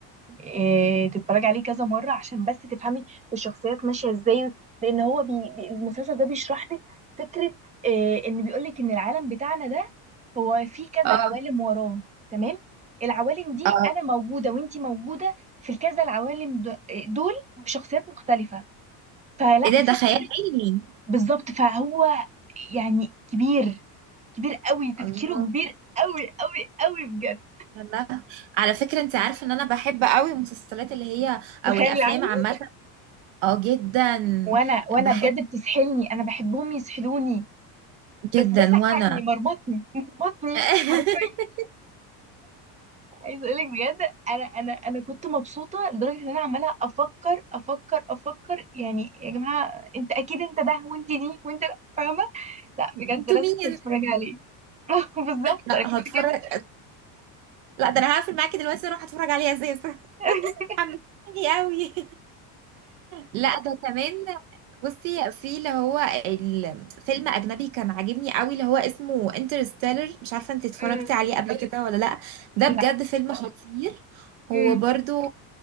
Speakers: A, on the right; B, on the right.
A: إيه تتفرجي عليه كذا مرة عشان بس تفهمي الشخصيات ماشية ازاي لان هو بي بي- المسلسل ده بيشرح لك فكرة إيه ان بيقولك ان العالم بتاعنا ده هو فيه كذا
B: اه
A: عوالم وراه تمام العوالم دي
B: اه
A: انا موجودة وانتي موجودة في الكذا العوالم د- دول بشخصيات مختلفة فلا
B: ايه ده
A: فكرة
B: ده خيال علمي
A: بالظبط فهو يعني كبير كبير قوي تفكيره
B: الله
A: كبير قوي قوي قوي بجد
B: والله على فكرة انت عارفة ان انا بحب قوي المسلسلات اللي هي او
A: الخيال
B: الافلام
A: العلمي
B: عامة اه جدا
A: وانا وانا
B: بحب
A: بجد بتسحلني انا بحبهم يسحلوني
B: جدا
A: بس ده سحلني
B: وانا
A: مربطني مربطني
B: <laughs>
A: حرفيا عايز اقولك بجد انا انا انا كنت مبسوطه لدرجه ان انا عماله افكر افكر افكر يعني يا جماعه انت اكيد انت ده وانت دي وانت ده فاهمه لا بجد
B: انتوا
A: لازم
B: مين
A: تتفرجي عليه <laughs> بالظبط
B: لا
A: انا كنت
B: هتفرج
A: كده
B: لا ده انا هقفل معاكي دلوقتي اروح اتفرج عليها زي
A: <laughs>
B: حمستني <laughs> قوي لا ده كمان بصي في اللي هو الفيلم اجنبي كان عاجبني قوي اللي هو اسمه انترستيلر مش عارفه انت اتفرجتي
A: أمم،
B: عليه قبل كده ولا لا ده
A: لا
B: بجد فيلم خطير هو
A: أمم،
B: برضو